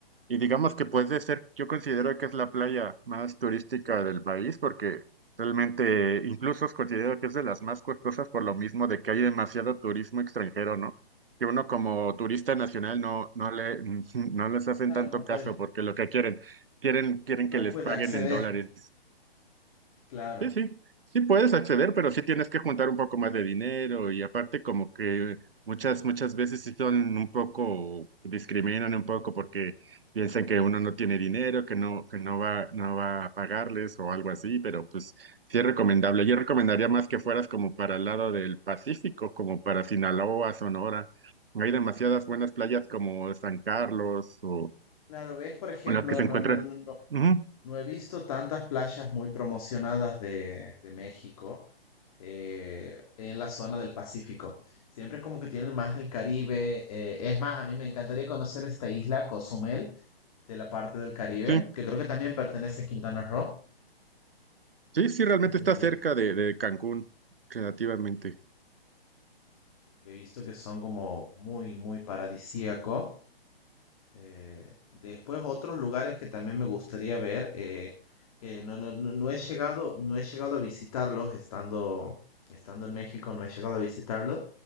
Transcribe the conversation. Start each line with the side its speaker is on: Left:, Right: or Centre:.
Right: Y digamos que puede ser, yo considero que es la playa más turística del país, porque realmente incluso considero que es de las más costosas por lo mismo de que hay demasiado turismo extranjero, ¿no? Que uno como turista nacional no, no le, <laughs> no les hacen
Left: claro,
Right: tanto
Left: no
Right: caso,
Left: puede,
Right: porque lo que quieren, quieren, quieren que
Left: no
Right: les
Left: puede
Right: paguen
Left: acceder.
Right: en dólares
Left: Claro,
Right: Sí, sí, sí puedes acceder, pero sí tienes que juntar un poco más de dinero y aparte como que muchas, muchas veces sí son un poco, discriminan un poco porque piensan que uno no tiene dinero, que no, que no va, no va a pagarles o algo así, pero pues sí es recomendable. Yo recomendaría más que fueras como para el lado del Pacífico, como para Sinaloa, Sonora. Hay demasiadas buenas playas como San Carlos o
Left: claro, ves, por ejemplo,
Right: o las que se
Left: no,
Right: encuentran.
Left: no, no, no,
Right: Ujú,
Left: no he visto tantas playas muy promocionadas de, de México eh, en la zona del Pacífico. Siempre es como que tienen más del Caribe. eh, es más, a mí me encantaría conocer esta isla, Cozumel, de la parte del Caribe,
Right: sí.
Left: que creo que también pertenece a Quintana Roo,
Right: Sí, sí, realmente
Left: eh,
Right: está cerca de, de Cancún, relativamente.
Left: que he visto que son como muy, muy paradisíaco. Eh, después otros lugares que también me gustaría ver, eh, que no, no, no, no he llegado, no he llegado a visitarlos estando, estando en México, no he llegado a visitarlos,